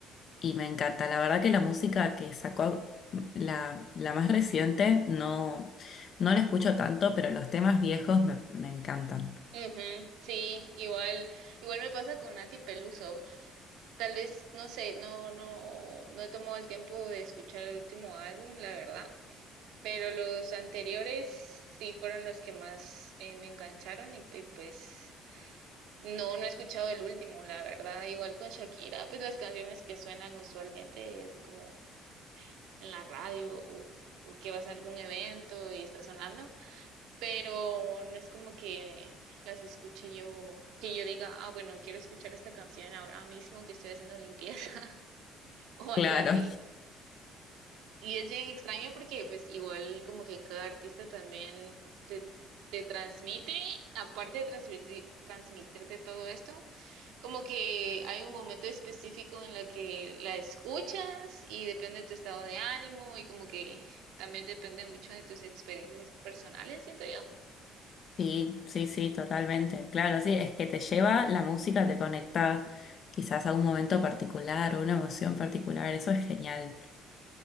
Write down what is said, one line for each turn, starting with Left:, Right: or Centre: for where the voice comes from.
Left: y me encanta. La verdad que la música que sacó, la, la más reciente, no, no la escucho tanto, pero los temas viejos me, me encantan.
Right: Ujú, sí, igual, igual me pasa con Nati Peluso. Tal vez, no sé, no, no, no he tomado el tiempo de escuchar el último álbum, la verdad, pero los anteriores sí fueron los que más eh, me engancharon y, y pues no, no he escuchado el último, la verdad. Igual con Shakira, pues las canciones que suenan usualmente así como en la radio o, o que vas a algún evento y está sonando, pero no es como que las escuche yo, que yo diga, ah, bueno, quiero escuchar esta canción ahora mismo que estoy haciendo limpieza <laughs> o algo
Left: Claro,
Right: así. Y es bien extraño porque pues igual como que cada artista también te, te transmite, aparte de transmitir, transmitirte todo esto, como que hay un momento específico en la que la escuchas y depende de tu estado de ánimo y como que también depende mucho de tus experiencias personales, siento yo.
Left: sí, sí, sí, totalmente. Claro, sí, es que te lleva la música, te conecta quizás a un momento particular o una emoción particular, eso es genial.